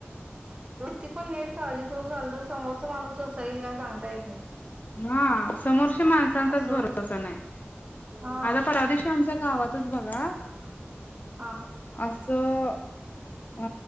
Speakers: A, on the right (about 25°); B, on the left (about 40°).
A: ती पण नीट काळजीपूर्वक झाल तर समोरच माणूस कसं यील का सांगता येत नाही.
B: हा समोरच्या माणसांचाच
A: असं
B: भरोसा
A: होतंय
B: नाही,
A: हा
B: आता परवा दिवशी आमचा गावातच बघा
A: हा.
B: असं अ